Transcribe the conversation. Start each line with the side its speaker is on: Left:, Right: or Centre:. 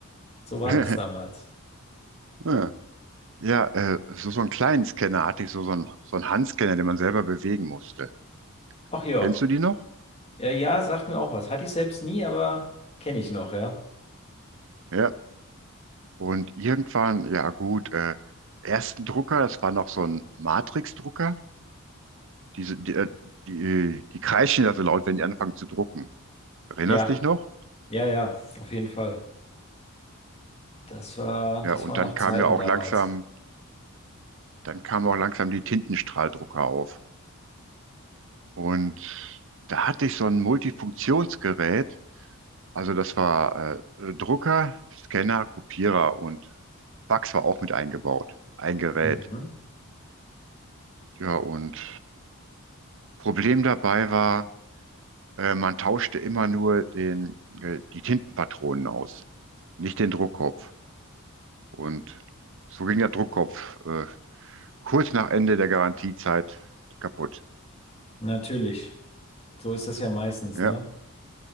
Left: So
Right: <laughs>
Left: war das damals.
Right: Ja, Ja, äh, so, so einen kleinen Scanner hatte ich, so, so einen, so einen Handscanner, den man selber bewegen musste.
Left: Ach ja.
Right: Kennst du die noch?
Left: Ja, ja, sagt mir auch was. Hatte ich selbst nie, aber kenne ich noch, ja.
Right: Ja. Und irgendwann, ja gut, äh, ersten Drucker, das war noch so ein Matrix-Drucker. Diese, die, äh, die, die kreischen ja so laut, wenn die anfangen zu drucken. Erinnerst
Left: Ja,
Right: dich noch?
Left: ja, ja, auf jeden Fall. Das war,
Right: Ja,
Left: das
Right: und
Left: waren
Right: dann
Left: noch
Right: kam
Left: Zeiten
Right: ja auch
Left: damals.
Right: langsam, dann kamen auch langsam die Tintenstrahldrucker auf. Und da hatte ich so ein Multifunktionsgerät. Also das war äh, äh, Drucker, Scanner, Kopierer und Fax war auch mit eingebaut. Ein Gerät.
Left: Mhm.
Right: Ja, und Problem dabei war, Äh, man tauschte immer nur den, äh, die Tintenpatronen aus, nicht den Druckkopf. Und so ging der Druckkopf äh, kurz nach Ende der Garantiezeit kaputt.
Left: Natürlich. So ist das ja meistens,
Right: Ja,
Left: ne?